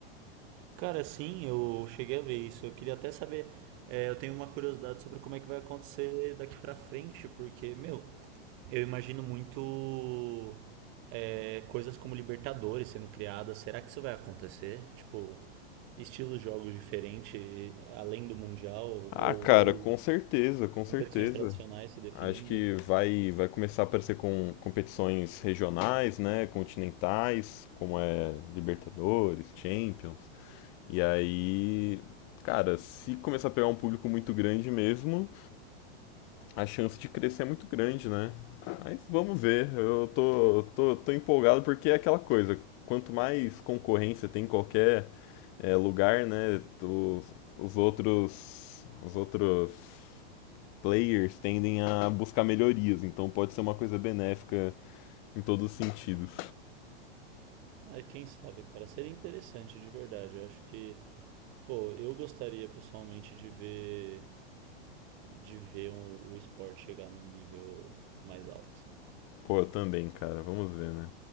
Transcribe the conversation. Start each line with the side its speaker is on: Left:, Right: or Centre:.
Right: Cara, sim, eu cheguei a ver isso. Eu queria até saber, é, eu tenho uma curiosidade sobre como é que vai acontecer daqui pra frente, porque, meu, eu imagino muito é, coisas como Libertadores sendo criadas. Será que isso vai acontecer? Tipo, estilos de jogos diferentes, além do Mundial, ou,
Left: Ah, cara,
Right: ou
Left: com certeza, com certeza.
Right: competições tradicionais se definindo?
Left: Acho que vai, vai começar a aparecer com competições regionais, né? Continentais, como é Libertadores, Champions. E aí, cara, se começar a pegar um público muito grande mesmo, a chance de crescer é muito grande, né? Mas vamos ver. Eu tô, eu tô, tô empolgado porque é aquela coisa. Quanto mais concorrência tem em qualquer eh, lugar, né? Os, os outros. Os outros players tendem a buscar melhorias, então pode ser uma coisa benéfica em todos os sentidos.
Right: É, quem sabe, cara. Seria interessante, de verdade. Eu acho que, pô, eu gostaria pessoalmente de ver de ver um- o esporte chegar num nível mais alto.
Left: Pô, eu também, cara, vamos ver, né?